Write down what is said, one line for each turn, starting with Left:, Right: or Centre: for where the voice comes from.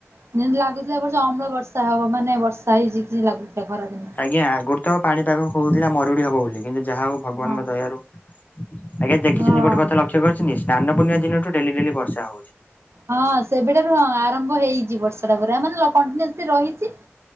Right: ଯେମିତି ଲାଗୁଥିଲା ଏବର୍ଷ ଅମ୍ଳ ବର୍ଷା ହବ ମାନେ ବର୍ଷା ହେଇଚି କିଛି ଲାଗୁଥିଲା ଖରା ଦିନେ।
Left: ଆଜ୍ଞା ଆଗରୁ ତ ପାଣିପାଗ କହୁଥିଲା ମରୁଡି ହବ ବୋଲି କିନ୍ତୁ ଯାହା ହଉ ଭଗବାନଙ୍କ
Right: ହଁ
Left: ଦୟାରୁ ଆଜ୍ଞା ଦେଖିଚନ୍ତି
Right: ହଁ।
Left: ଗୋଟେ କଥା ଲକ୍ଷ୍ୟ କରିଚନ୍ତି ସ୍ନାନ ପୂର୍ଣିମା ଦିନଠୁ ଡେଲି ଡେଲି ବର୍ଷା ହଉଚି।
Right: ହଁ ସେବେ ଠାରୁ ହଁ ଆରମ୍ଭ ହେଇଚି ବର୍ଷାଟା ପୁରା ମାନେ ଲ- କଣ୍ଟିନସ୍ଲି ରହିଚି